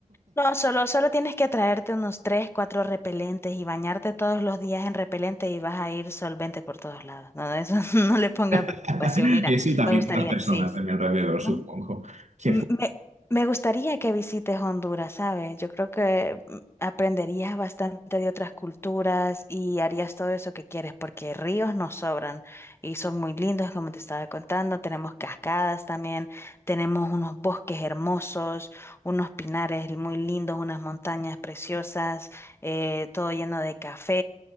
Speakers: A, on the left; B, on the right.
A: No, solo, solo tienes que traerte unos tres, cuatro repelentes y bañarte todos los días en repelente y vas a ir solvente por todos lados. No, eso <laughs> no le ponga preocupación.
B: <laughs>
A: Mira,
B: Eso y también
A: me gustaría,
B: con las personas
A: sí, sí.
B: de mi alrededor,
A: No,
B: supongo. Que
A: me,
B: fu-
A: me gustaría que visites Honduras, ¿sabes? Yo creo que mm, aprenderías bastante de otras culturas y harías todo eso que quieres, porque ríos nos sobran y son muy lindos, como te estaba contando. Tenemos cascadas también, tenemos unos bosques hermosos, unos pinares muy lindos, unas montañas preciosas, eh, todo lleno de café.